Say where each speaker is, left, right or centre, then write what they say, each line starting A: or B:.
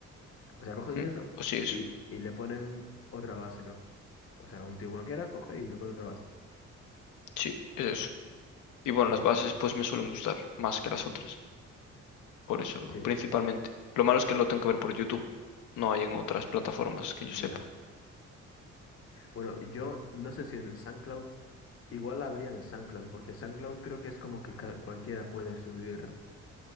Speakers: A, on the left; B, on the left.
A: O sea, cogen
B: mm.
A: eso
B: Pues sí, eso.
A: y, y le ponen otra base, ¿no? O sea, un tío cualquiera coge y le pone otra base.
B: Sí, es eso. Y bueno,
A: Entiendo.
B: las bases pues me suelen gustar más que las otras, por eso
A: Sí,
B: principalmente. Lo malo es que lo tengo que ver por YouTube, no hay en otras plataformas que yo
A: ya.
B: sepa.
A: Bueno, yo no sé si en SoundCloud, igual la habría en SoundCloud, porque SoundCloud creo que es como que ca- cualquiera puede subir